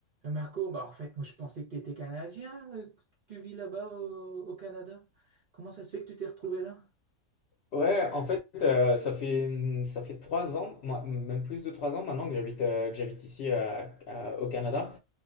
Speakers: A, on the right; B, on the left.
A: Euh, Marco, bah en fait, moi je pensais que tu étais Canadien, euh, que tu vis là-bas au, au Canada. Comment ça se fait que tu t'es retrouvé là?
B: Ouais, en fait, euh, ça fait, hum, ça fait trois ans, moi, même plus de trois ans maintenant que j'habite euh, que j'habite ici euh, à- au Canada.